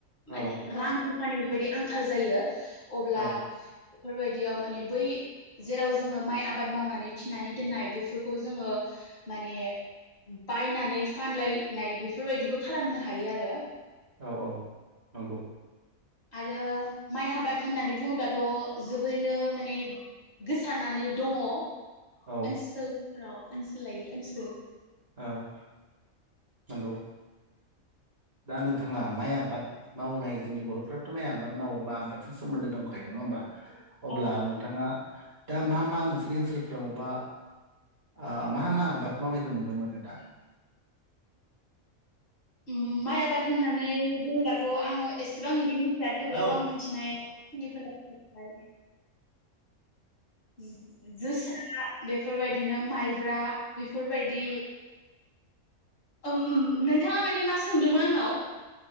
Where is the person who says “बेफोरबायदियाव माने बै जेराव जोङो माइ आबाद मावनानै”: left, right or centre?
Left